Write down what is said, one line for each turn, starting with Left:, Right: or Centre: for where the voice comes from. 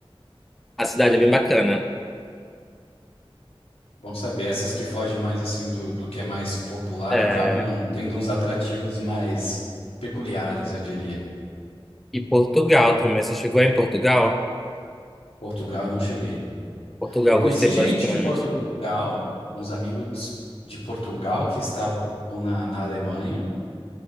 Centre: a cidade é bem bacana.
Left: Bom saber, essas que fogem mais assim do, do que é mais popular
Centre: É,
Left: acabam tendo uns atrativos mais peculiares, eu diria.
Centre: e Portugal também. Você chegou em Portugal?
Left: Portugal eu não cheguei.
Centre: Portugal,
Left: Eu conheci
Centre: eu gostei
Left: gente
Centre: bastante.
Left: de Portugal, uns amigos de Portugal que estavam na, na Alemanha,